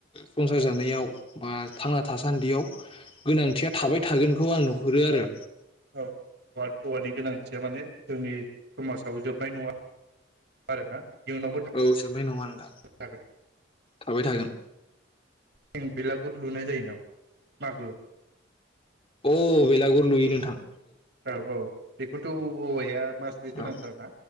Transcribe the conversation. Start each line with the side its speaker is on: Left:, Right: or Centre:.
Left: संसार जानायाव बा थांना थासान्दियाव गोनांथिया थाबाय थागोनखौ आं हुरो आरो।
Right: औ औवा औवानि गोनांथिया माने जोंनि समाजाव जोबनाय नङा आरोना। इयुनावबो
Left: औ जोबनाय नङा नोंथां
Right: थाबाय थागोन
Left: थाबाय थागोन।
Right: जों बेलागुर लुनाय जायो नामा मागोआव
Left: अ बेलागुर लुयो नोंथां
Right: औ औ बेखौथ' औवाया <unintelligible>
Left: औ
Right: गोनांथार ना?